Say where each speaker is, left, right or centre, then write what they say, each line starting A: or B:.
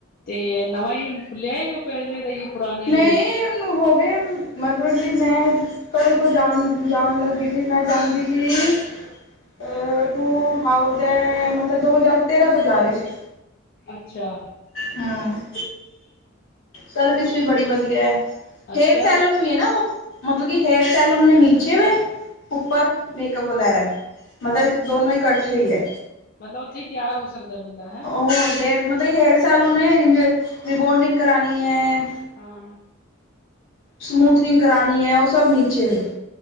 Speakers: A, on the left; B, on the left.
A: ਤੇ ਨਵਾਂ ਹੀ ਖੁੱਲਿਆ ਹੈ ਕੋਈ ਪਹਿਲੇ ਦਾ ਹੀ। ਪੁਰਾਣਾ ਹੀ
B: ਨਹੀਂ ਉਹਨੂੰ ਹੋ ਗਏ। ਮਤਲਬ ਕਿ ਮੈਂ ਘਰੋਂ ਤੋਂ ਜਾਣ ਜਾਣ ਲੱਗੀ ਸੀ ਮੈਂ ਜਾਂਦੀ ਸੀ। ਐ ਟੂ ਥਾਊਜੈਂਡ, ਮਤਲਬ ਦੋ ਹਜ਼ਾਰ ਤੇਰਾਂ ਤੋਂ ਜਾ ਰਹੀ ਸੀ।
A: ਅੱਛਾ-
B: ਹੰ ਸਰਵਿਸ ਵੀ
A: ਅੱਛਾ
B: ਬੜ੍ਹੀ ਵਧੀ ਐ,
A: ਅੱਛਾ
B: ਡੇਡ ਸਾਲ ਔਨੂ ਵੀ ਐ ਨ ਹੋਗ ਮਤਲਬ ਕਿ ਹੇਅਰ ਸਟਾਈਲ ਉਨੇ ਨੀਚੇ ਵੇ, ਉੱਪਰ ਮੇਕਪ ਵਗੈਰੈ। ਮਤਲਬ
A: ਅੱਛਾ
B: ਦੋਨੋਂ ਇਕੱਠੇ ਹੀ ਐ।
A: ਮਤਲਬ ਉੱਥੇ ਤਿਆਰ ਹੋ ਸਕਦਾ ਬੰਦਾ ਹੈ
B: ਉਹ ਹੇਅਰ ਮਤਲਬ ਹੇਅਰ ਸੈਲੂਨੇ ਜੇ ਰੀਬੋਡਿੰਗ ਕਰਾਨੀ ਐ।
A: ਹਾਂ।
B: ਸਮੂਥਨਿੰਗ ਕਰਾਨੀ ਉਹ ਸਭ ਨੀਚੇ ਵੇ,